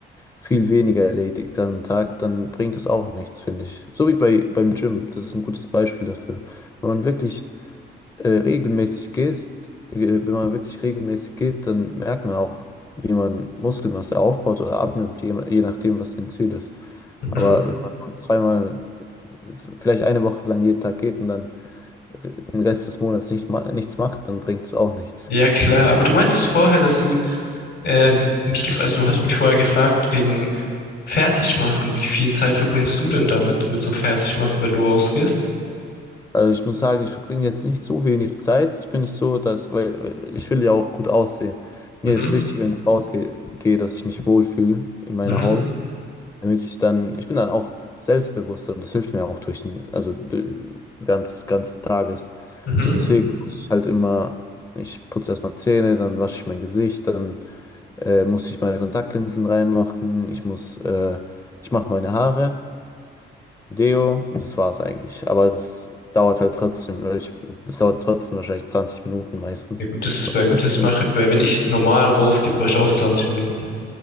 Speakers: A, on the left (about 15°); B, on the left (about 80°).
A: viel weniger erledigt am Tag, dann bringt das auch nichts, finde ich. So wie bei, beim Gym, das ist ein gutes Beispiel dafür. Wenn man wirklich äh, regelmäßig gehst, äh, wenn man wirklich regelmäßig geht, dann merkt man auch, wie man Muskelmasse aufbaut oder abnimmt, je, je nachdem, was dein Ziel ist.
B: Mhm.
A: Aber wenn man nur zweimal, f- vielleicht eine Woche lang jeden Tag geht und dann r- den Rest des Monats nichts, ma- nichts macht, dann bringt es auch nichts.
B: Ja, klar. Aber du meintest vorher, dass du ähm, mich gefragt, also du hast mich vorher gefragt wegen Fertigmachen. Wie viel Zeit verbringst du denn damit, mit so Fertigmachen, wenn du rausgehst?
A: Also ich muss sagen, ich verbringe jetzt nicht so wenig Zeit. Ich bin nicht so, dass, weil weil ich will ja auch gut aussehen. Mir
B: Mhm.
A: ist wichtig, wenn ich rausgehe, gehe, dass ich mich wohlfühle in meiner
B: Mhm,
A: Haut. damit ich dann, ich bin dann auch selbstbewusster und das hilft mir auch durch den, also d- während des ganzen Tages.
B: mhm.
A: Deswegen muss ich halt immer, ich putze erstmal Zähne, dann wasche ich mein Gesicht, dann äh, muss ich meine Kontaktlinsen reinmachen, ich muss, äh, ich mache meine Haare, Deo und das war's eigentlich. Aber das dauert halt trotzdem, weil ich, es dauert trotzdem wahrscheinlich 20 Minuten meistens.
B: Ja gut, das ist
A: Oder
B: beim,
A: 15,
B: das mache ich bei, wenn ich normal rausgehe, brauche ich auch 20 Minuten.